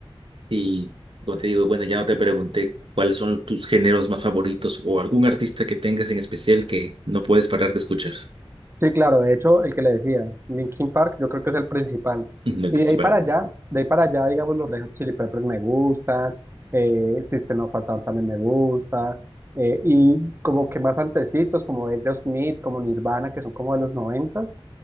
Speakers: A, on the right (about 60°); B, on the right (about 25°).
A: Y como te digo, bueno, ya no te pregunté cuáles son tus géneros más favoritos o algún artista que tengas en especial que no puedes parar de escuchar,
B: Sí, claro, de hecho, el que le decía, Linkin Park, yo creo que es el principal.
A: no el
B: Y
A: principal.
B: de ahí para allá, de ahí para allá, digamos, los Red Hot Chili Peppers me gustan, eh, System of a Down también me gusta, eh, y como que más antecitos, como Aerosmith, como Nirvana, que son como de los 90